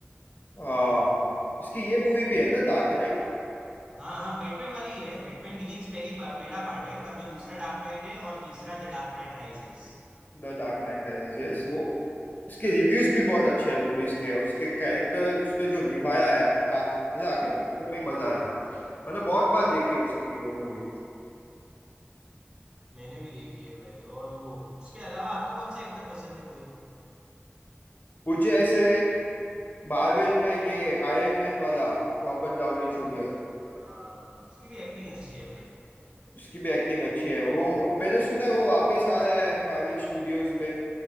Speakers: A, on the left; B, on the right.
A: हाँ इसकी ये मूवी भी है ना Dark Knight
B: हाँ हाँ बैटमैन वाली ही है बैटमैन बिगिंस पहली पहला पार्ट है बाद में दूसरा डार्क नाइट है और तीसरा द डार्क नाइट राइजेस
A: The Dark Knight Rises yes वो उसके रिव्यूज भी बहुत अच्छे हैं मूवीज के और उसके कैरेक्टर उसने जो निभाया है आह मजा आ गया देखने में ही मजा आया था मैंने बहुत बार देखी है उसकी वो मूवी
B: मैंने भी देखी है भाई और वो उसके अलावा आपको कौन सा एक्टर पसंद है कोई
A: मुझे ऐसे मार्वल में ये आयरन मैन वाला रॉबर्ट डाउनी जूनियर
B: हाँ उसकी भी एक्टिंग अच्छी है भाई
A: उसकी भी एक्टिंग अच्छी है वो मैंने सुना है वो वापिस आ रहा है मार्वल स्टूडियोज में